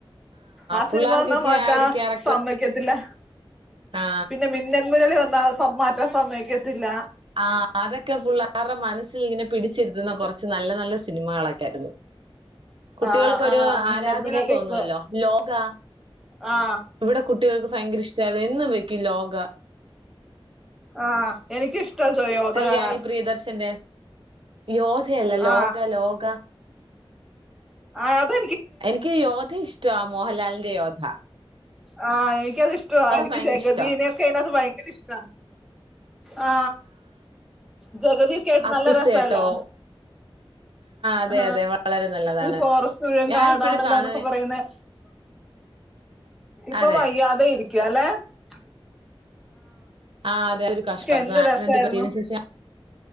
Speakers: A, in the centre; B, on the right.
A: ആ
B: പിള്ളേർക്കൊക്കെ
A: സിനിമ വന്നാൽ മാറ്റാൻ
B: ആ ഒരു ക്യാരക്ടർ
A: സമ്മതിക്കത്തില്ല
B: ആ
A: പിന്നെ മിന്നൽ മുരളി വന്ന- പ്പൊ മാറ്റാൻ സമ്മയ്ക്കാതില്ല
B: ആ അതൊക്കെ ഫുൾ അവരെ മനസ്സിൽ ങ്ങനെ കുന്ന കുറച്ചു നല്ലനല്ല സിനിമ കൾ ആയിരിക്കും ഇത് കുട്ടികൾക്കൊരു
A: ആ ആ മിന്നൽ
B: ആരാധന
A: മുരളി
B: <unintelligible>
A: ഇപ്പൊ ആ
B: ഇവിടെ കുട്ടികൾക്ക് ഭയങ്കര ഇഷ്ട്ടത് എന്നും വെക്കും യോഗ
A: ആ എനിക്കിഷ്ടാ ജോയോധ
B: കല്യാണി
A: കാണാൻ
B: പ്രിയദർശന്റ യോദ്ധ അല്ല
A: ആ
B: ലോക
A: ആ അത്
B: എനിക്ക് യോദ്ധ ഇഷ് മോഹൻലാലിൻറെ യോദ്ധ
A: ആ എനിക്ക് അത് ഇഷ്ട്ട
B: ഭയങ്കര
A: ജഗതി
B: ഇഷ്ടമാ
A: നെ ക്ക് ഭയങ്കര- ഭയങ്കര ഇഷ്ട്ട ആ ജഗതി യൊക്കെ ആയിട്ട്
B: അക്കുസേട്ടോ
A: നല്ല രസല്ലേ
B: അതെ
A: ആ
B: അതെ വളരെ നല്ലതാണ്
A: ഈ ഫോറെസ്റ്റ് മുഴുവൻ
B: ഞാനിപ്പോഴും
A: കാടാനല്ലേന്നൊക്കെ
B: കാണു
A: പറയുന്നേ ഇപ്പോ
B: അതെ
A: വയ്യാതായി <unintelligible>
B: ആ അതെ കഷ്ടം
A: എന്ത്
B: ആക്‌സിഡന്റ്
A: രസായിരുന്നു
B: പറ്റിയതിനു ശേഷം